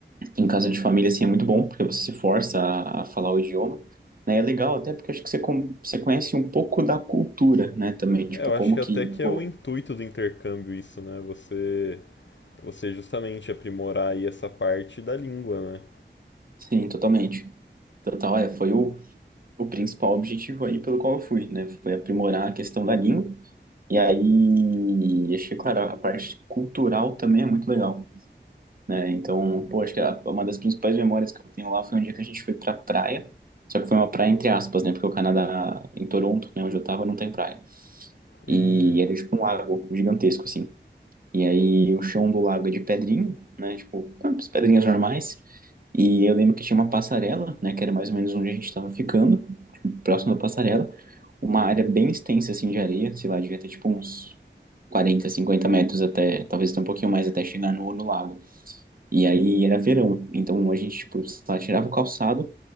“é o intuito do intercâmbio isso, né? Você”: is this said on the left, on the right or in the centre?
Left